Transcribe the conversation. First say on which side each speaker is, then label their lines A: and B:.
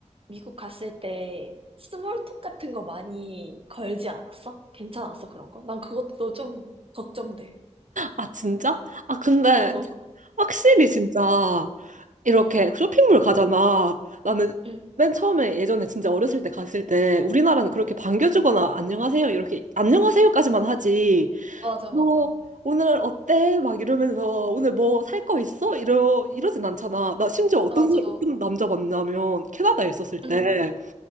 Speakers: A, on the right; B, on the right.
A: 미국 갔을 때 스몰톡 같은 거 많이 걸지 않았어? 괜찮았어, 그런 거? 난 그것도 좀 걱정돼.
B: 아, 진짜? 아, 근데
A: <laughs>
B: 확실히 진짜 이렇게
A: 응,
B: 쇼핑몰 가잖아. 나는
A: 응.
B: 맨 처음에 예전에 진짜 어렸을 때 갔을 때 우리나라는 그렇게 반겨주거나 안녕하세요 이렇게 안녕하세요까지만 하지.
A: 맞아,
B: 너
A: 맞아.
B: 오늘 어때? 막 이러면서 오늘 뭐 살 거 있어? 이러 이러진 않잖아. 나 심지어 어떤
A: 맞아.
B: 사람- 어떤 남자 만나면 캐나다에 있었을 때
A: 응,